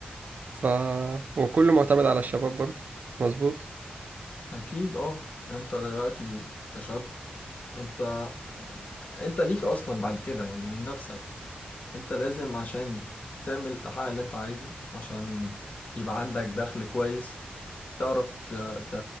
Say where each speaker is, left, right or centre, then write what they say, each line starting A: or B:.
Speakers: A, on the right; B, on the left.
A: ف وكله معتمد على الشباب برضه مظبوط
B: اكيد اه انت دلوقتي كشاب انت آه، انت ليك اصلا بعد كده يعني لنفسك انت لازم عشان تعمل تحقق اللي انت عايزه عشان يبقى عندك دخل كويس تعرف ت... ت...